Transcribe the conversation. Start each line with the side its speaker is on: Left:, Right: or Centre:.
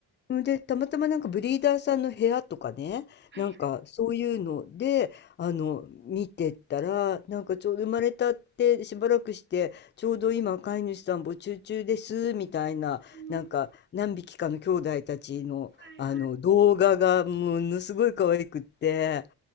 Left: うん、で、たまたまなんかブリーダーさんの部屋とかね、
Right: はい。
Left: なんかそういうので、あの、見てたら、なんかちょうど生まれたってしばらくして、ちょうど今飼い主さん募集中です、みたいな、
Right: うん。
Left: なんか何匹かの兄弟たちの、
Right: はいは
Left: あの、動画がものすごい可愛くって、